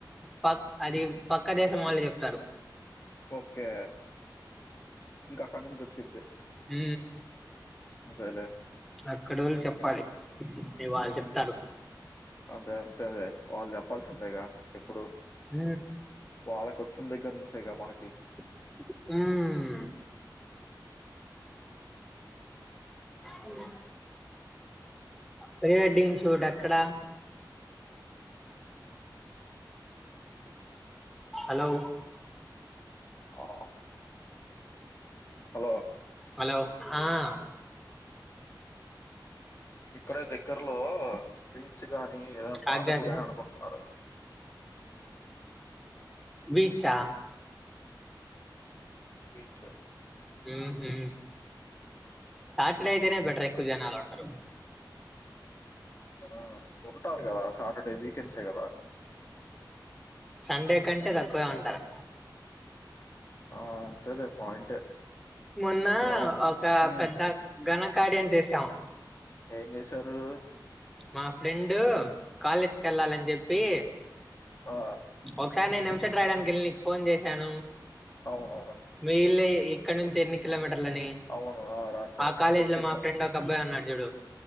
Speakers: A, in the centre; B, on the left (about 35°).
A: ప అది పక్క దేశం వాళ్ళ చెప్తారు
B: ఓకే ఇంకా అక్కడి నుంచి వచ్చిది
A: హ
B: అదేలే
A: అక్కడ వాళ్ళు చెప్పాలి న వాళ్ళు
B: ఉహు
A: చెప్తారు
B: అంతే వాళ్ళు చెప్పాల్సిందేగా ఎప్పుడు
A: హ
B: వాళ్ళకి వచ్చిన దగ్గర నుంచే మనకి
A: మ్మ్ హలో ప్రీ వెడ్డింగ్ షూట్ అక్కడ హలో
B: ఆ హలో
A: హలో ఆ
B: ఇక్కడే దగ్గర్లో బీచ్ గాని ఏదనా
A: కాకిజాదే
B: పాతకు గుడని అనుకుంటున్నారు
A: బీచ్చా
B: బీచ్
A: మ్ హు సాటర్డే అయితేనే బెటర్ ఎక్కువ జనాలు ఉంటరు
B: ఆ ఉంటారు కదా సాటర్డే వీకెండ్సే కదా
A: సండే కంటే తక్కువే ఉంటారు
B: ఆ అంతేలే పాయింటే
A: మొన్న
B: ఏమో
A: ఒక
B: ఉమ్,
A: పెద్ద ఘనకార్యం చేసాం
B: ఏం చేసారు
A: మా ఫ్రెండు కాలేజ్కి వెళ్ళాలని చెప్పి
B: ఆ
A: ఒకసారి నేను ఎంసెట్ రాయడానికి వెళ్ళి నీకు ఫోన్ చేశాను
B: అవును
A: మీ ఇళ్ళీ ఇక్కడ నుంచి ఎన్ని కిలోమీటర్లని
B: అవును రాసావు
A: ఆ కాలేజ్
B: చెక్
A: లో
B: చేసావు
A: మా ఫ్రెండ్ ఒక అబ్బాయి ఉన్నాడు చూడు